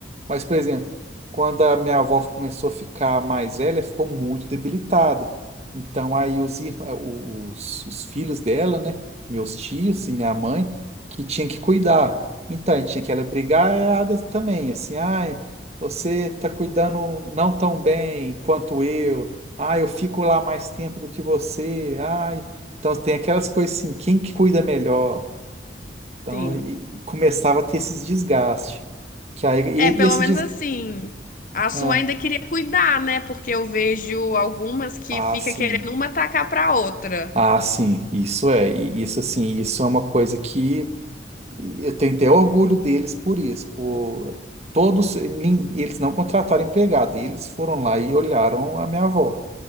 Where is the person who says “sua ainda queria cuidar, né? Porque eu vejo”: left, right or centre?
Left